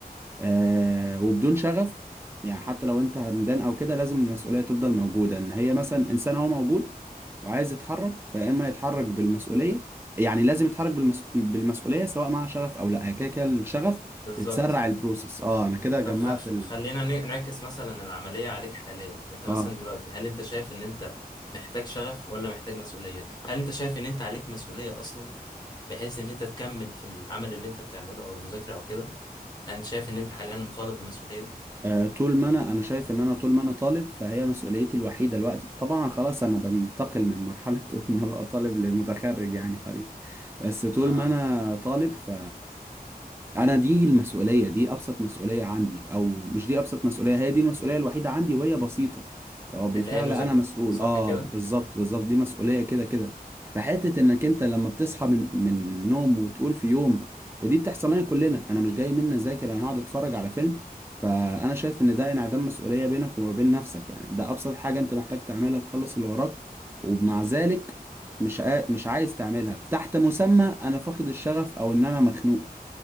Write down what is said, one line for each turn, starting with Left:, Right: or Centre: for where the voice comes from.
Right: آه وبدون شغف يعني حتى لو انت همدان او كده لازم المسؤوليه تفضل موجوده ان هي مثلا انسان هو موجود وعايز يتحرك فيا اما يتحرك بالمسؤوليه يعني لازم يتحرك بالمس... بالمسؤوليه سواء مع شغف او لا كده كده الشغف
Left: بالظبط
Right: بتسرع البروسيس اه انا كده جمعت
Left: طب خ... خ-
Right: ال...
Left: خلينا ن- نعكس مثلا العملية عليك حاليا انت
Right: اه
Left: مثلا دلوقتي هل انت شايف ان انت محتاج شغف ولا محتاج مسؤولية هل انت شايف ان انت عليك مسؤولية اصلا بحيث ان انت تكمل في العمل اللي انت بتعمله او المذاكرة او كده انت شايف ان انت حاليا مطالب بمسؤولية
Right: آه، طول ما انا انا شايف ان انا طول ما انا طالب فهي مسؤوليتي الوحيده دلوقتي طبعا خلاص انا بنتقل من مرحله <laughs> ان ابقى طالب لمتخرج يعني قريب بس طول
Left: اه
Right: ما انا طالب ف انا دي المسؤوليه دي ابسط مسؤوليه عندي او مش دي ابسط مسؤوليه هي دي المسؤوليه الوحيده عندي وهي بسيطه فهو بالفعل
Left: اللي هي المذاكرة
Right: انا مسؤول
Left: صح
Right: اه
Left: كده
Right: بالظبط بالظبط دي مسؤوليه كده كده فحته انك انت لما بتصحى من من النوم وتقول في يوم ودي بتحصل لنا كلنا انا مش جاي مني اذاكر انا هقعد اتفرج على فيلم فانا شايف ان ده انعدام مسؤوليه بينك وما بين نفسك يعني ده ابسط حاجه انت محتاج تعملها تخلص اللي وراك ومع ذلك مش عا... مش عايز تعملها تحت مسمى انا فاقد الشغف او ان انا مخنوق